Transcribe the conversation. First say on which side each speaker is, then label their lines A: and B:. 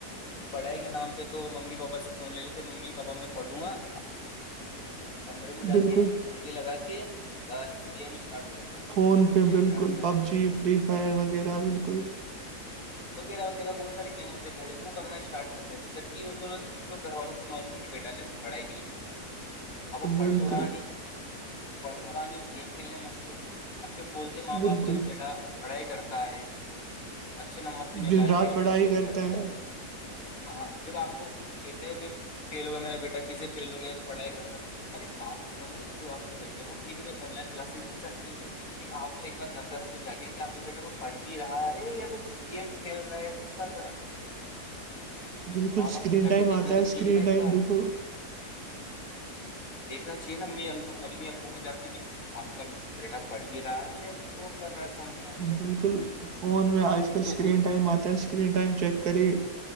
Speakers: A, on the left (about 60°); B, on the right (about 70°).
A: پڑھائی کے نام پہ تو ممی پاپا سے فون لے لیتے ممی پاپا میں پڑھوں گا آپ مھے فون دیتے رہا کمرے میں جا
B: بالکل
A: کے ہنڈی لگا کے بس گیم اسٹارٹ ہو جاتا ہے
B: فون
A: گیم کھیلنا
B: پہ
A: اسٹارٹ
B: بالکل
A: ہو جاتا
B: پب
A: ہے
B: جی فری فائر وغیرہ بالکل
A: وغیرہ وغیرہ بہت سارے گیموں تھ ہیںھائی جن وہ کرنا اسٹارٹ کرتے تھے جب کہ انوں گھر والوں کو تو معلوم ہے کہ بیٹا نے پڑھائی کے لیے فون اب وہ
B: بالکل
A: پڑھ تو رہا نہیں برتانی ہو تو گیم کھیلنے میں مشہور ہے اور پھر بولتے ماں
B: بالکل
A: باپ پھر بیٹا پڑھائی کرتا ہے اچھے نمبر کیوں نہیں
B: دن
A: لایا
B: رات
A: تھ لے
B: پڑھائی
A: کے اس سے ہو
B: کرتے
A: گیا
B: ہیں
A: ہاں ہاں جب آپ کو وہ کہتے ہیں ب فیل ہو گیا میرا بیٹا کسے فیل ہو گیا ہے تو پڑھائی کرتا تھا ارے آپ فون دے دیتے ہو آپ کے بیٹے کو ٹھیک ہے بھائی آن لائن کلاسز بھی چلتی ہے پ آپ تو ایک بار نظر کو جا کے کہ آپ کا بیٹا وہ پڑھ بھی رہا ہے یا پ کچھ گیم کھیل رہے ہیں کچھ رہا <unintelligible> <unintelligible>
B: بالکل
A: ماں
B: اسکرین
A: باپ کو جا
B: ٹائم
A: کے دیکھنا
B: آتا
A: تو
B: ہے
A: چاہیے
B: اسکرین
A: نا ایک
B: ٹائم
A: بار
B: دیکھو
A: <inaudible> <inaudible> دیکھنا چاہیے نا امی ابو امی ابو کو جا کے بھی آپ کا بیٹا پڑھ بھی رہا ہے یا کچ اور کر رہا ہے فون کے اندر
B: بالکل فون میں آج کل
A: تو
B: سکرین
A: ان
B: ائم آتا ہےس اسکرین ٹائم چیک کرے